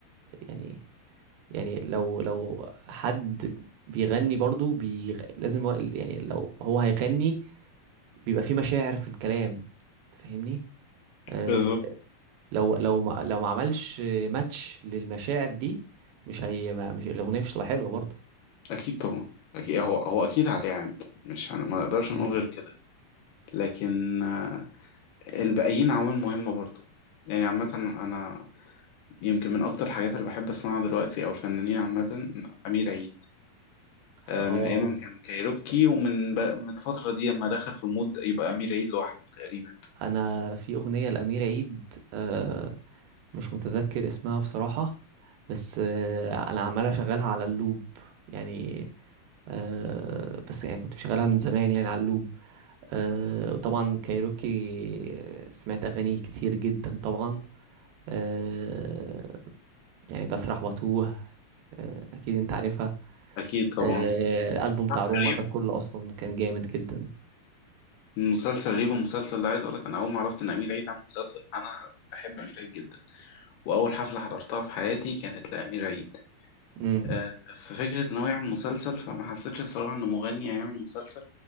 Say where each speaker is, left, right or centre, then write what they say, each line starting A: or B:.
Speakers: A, on the right (about 80°); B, on the left (about 75°).
A: يعني يعني لو لو حد بيغني برضو بي... لازم هو- يعني لو هو هيغني بيبقى فيه مشاعر في الكلام تفهمني آه
B: بالظبط
A: لو لو ما... لو ما عملش ماتش للمشاعر دي مش هي ما... مش الأغنية مش هتبقى حلوة برضو
B: اكيد طبعا اكيد هو هو اكيد عليه عامل مش هن... ما نقدرش
A: مم.
B: نقول غير كده لكن آه، الباقيين عوامل مهمه برضو يعني عامه انا يمكن من اكتر الحاجات اللي بحب اسمعها دلوقتي او الفنانين عامه امير عيد آه،
A: اه
B: من ايام ما كان كايروكي ومن ب... من الفتره دي لما دخل في مود يبقى امير عيد لوحده تقريبا
A: انا في اغنيه لامير عيد آه مش متذكر اسمها بصراحه بس آه انا عمال اشغلها على اللوب يعني آه بس يعني كنت مشغلها من زمان يعني على اللوب آه وطبعا كايروكي آه، سمعت اغاني كتير جدا طبعا آه يعني بسرح واتوه آه اكيد انت عارفها
B: اكيد طبعا
A: آه الالبوم بتاع
B: مسلسل
A: روما
B: ريفو
A: ده كله اصلا كان جامد جدا
B: مسلسل ريفو المسلسل ده عايز اقول لك انا اول ما عرفت ان امير عيد عامل مسلسل انا بحب امير عيد جدا واول حفله حضرتها في حياتي كانت لامير عيد
A: امم
B: آه، ففكره ان هو يعمل مسلسل فما حسيتش الصراحه انه مغني هيعمل مسلسل